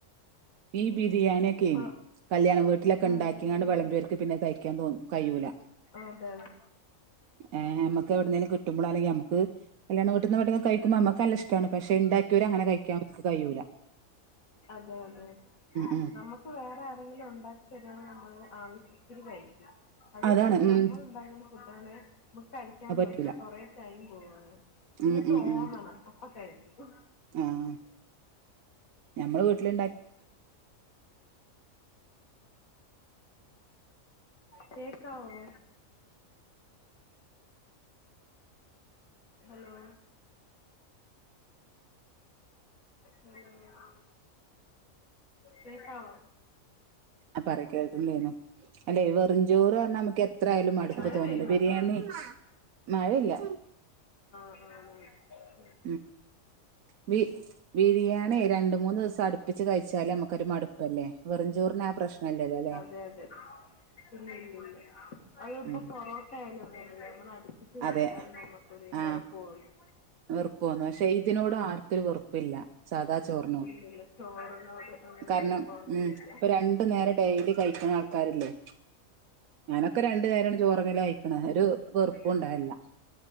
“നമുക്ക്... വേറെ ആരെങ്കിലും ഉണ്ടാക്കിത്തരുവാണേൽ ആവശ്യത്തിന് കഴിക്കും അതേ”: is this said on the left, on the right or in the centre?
Left